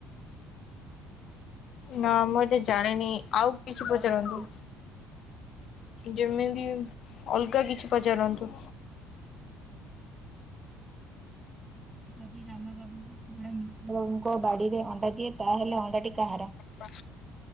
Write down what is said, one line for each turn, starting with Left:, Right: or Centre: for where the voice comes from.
Left: ନା ମୁଁ ଏ ଟା ଜାଣିନି ଆଉ କିଛି
Right: ବଳଦ
Left: ପଚାରନ୍ତୁ?
Right: ଗାଡି
Left: ଯେମିତି ଅଲଗା କିଛି ପଚାରନ୍ତୁ।
Right: ଯଦି ରାମା ବାବୁଙ୍କୁ କୁକୁଡ଼ା ମିଶ୍ର ବାବୁଙ୍କ ବାଡିରେ ଅଣ୍ଡା ଦିଏ ତାହେଲେ ଅଣ୍ଡାଟି କାହାର।
Left: ବା।